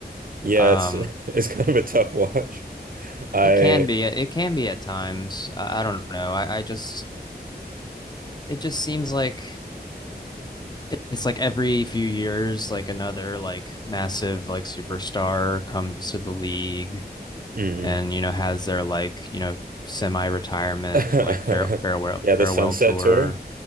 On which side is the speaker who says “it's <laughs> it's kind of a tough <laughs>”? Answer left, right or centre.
Right